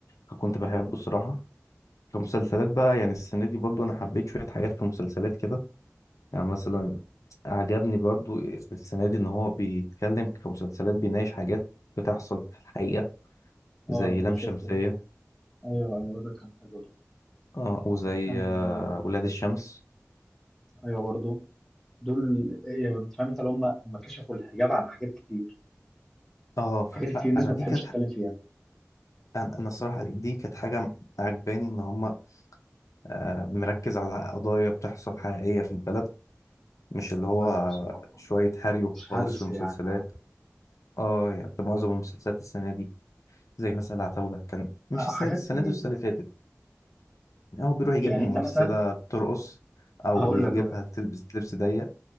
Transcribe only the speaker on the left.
فكنت بحبه الصراحه كمسلسلات بقى يعني السنة دي برضو أنا حبيت شوية حاجات كمسلسلات كده يعني مثلا عجبني برضو السنة دي إن هو بيتكلم كمسلسلات بيناقش حاجات بتحصل في الحقيقة زي
لام شمسية
اه وزي
آه
ولاد الشمس
اه ف-
ف-
فأنا
دي كانت
ح-
أنا أنا الصراحة دي كانت حاجة عجباني إن هما آه مركز على قضايا بتحصل حقيقية في البلد مش اللي هو
آه،
شوية هري وخلاص
في المسلسلات
اه يعني معظم المسلسلات السنة دي زي مثلا العتاولة كان مش
السنة
دي السنة
دي والسنة اللي فاتت هو بيروح يجيب
ممثلة
بترقص أو
يجيبها
تلبس لبس ضيق